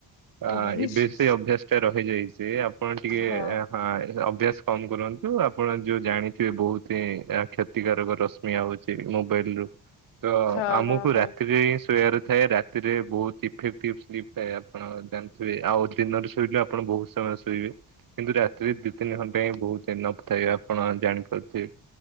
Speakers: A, on the left (about 85°); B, on the right (about 45°).
A: ହଁ
B: ଅ ଏବେ ସେଇ ଅଭ୍ୟାସ ଟା ରହିଯାଇଛି ଆପଣ ଟିକେ
A: ହଁ
B: ଆ ହଁ ଅଭ୍ୟାସ କମ୍ କରନ୍ତୁ ଆପଣ ଯୋଉ ଜାଣିଥିବେ ବହୁତ ହିଁ କ୍ଷତିକାରକ ରସ ଶ୍ମି ଆଉଛି ମୋବାଇଲ ରୁ ତ
A: ହଁ
B: ଆମକୁ
A: ହଁ
B: ରାତିରେ ହିଁ ଶୋଇବାର ଥାଏ ରା ରାତିରେ ବହୁତ ଇଫେଟିକ୍ ସ୍କିପ ଥାଏ ଆପଣ ଜାଣିଥିବେ ଆଉ ଦିନରେ ଶୋଇଲେ ଆପଣ ବହୁତ ସମୟ ଶୋଇବେ। କିନ୍ତୁ ରାତିରେ ଦି ତିନି ଘଣ୍ଟା ହିଁ ବହୁତ ଏନଫ୍ ଥାଏ, ଆପଣ ଜାଣିପାରୁଥି